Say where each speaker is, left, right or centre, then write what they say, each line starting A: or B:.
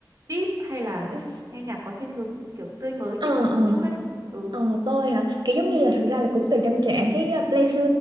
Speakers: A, on the right; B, on the right.
A: deep hay là
B: Ừ.
A: nghe nhạc có thiên hướng kiểu tươi mới
B: ờ
A: tích cực
B: ờ
A: một chút đấy ừ
B: ờ tôi hả kiểu giống như là thực ra là cũng tùy tâm trạng cái uh, play,